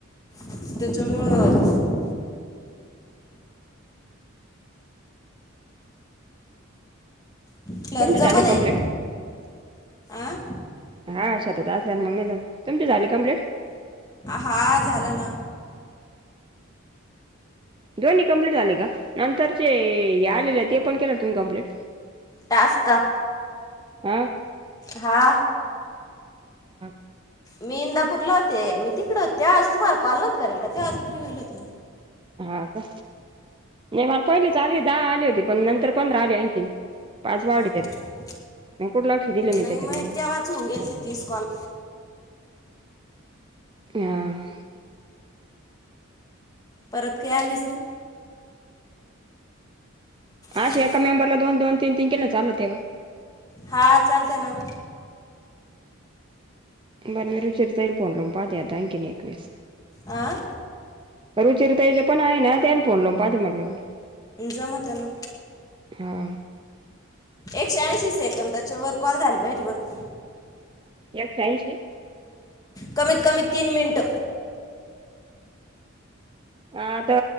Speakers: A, on the left; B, on the right.
A: त्याच्यामुळं असल्यावर
B: तुमचे
A: जमन
B: झाले कंप्लीट?
A: हे. आं?
B: हा शेतात असल्यावर मग नाही जमत. तुमचे झाले कंप्लेट?
A: हा झालं ना.
B: दोन्ही कंमप्लीट झाले का? नंतरचे हे आलेले ते पण केलं का तुम्ही कमप्लीट?
A: टास्क का?
B: हं.
A: हा.
B: हं.
A: मी इंदापूरला होते. मी तिकड होत तेव्हाच तुमला कॉल नव्हता करेल का? तेव्हाच पुरे होईल होते.
B: हा का? नाही मला पहिलेच आले, दहा आले होते पण नंतर पंधरा आले आणखीन. पाच वाढले
A: हा
B: त्यात.
A: का
B: म कुठ लक्ष दिलं मी
A: नाही
B: त्याच्याकड
A: मग
B: म.
A: तेव्हाच होऊन गेल ती तीस कॉल
B: हां.
A: परत काही आलेच ना. हॅलो
B: अशे एका मेंबरला दोन दोन तनी तीन केलं त चालत्या का?
A: हा, चालत्या ना.
B: बरं मी रुचिरा ताईला फोन लावून पहाते आता आणखीन एकवेळेस.
A: अं?
B: रुचिरताइचे पण आहे ना, त्यायला फोन लावून पाहाते म्हटलं.
A: जमतं ना.
B: हा.
A: एकशे ऐंशी सेकंदाच्या वर कॉल झाली पाहिजे फक्त.
B: एकशे ऐंशी?
A: कमीत कमी तीन मिनिट.
B: आता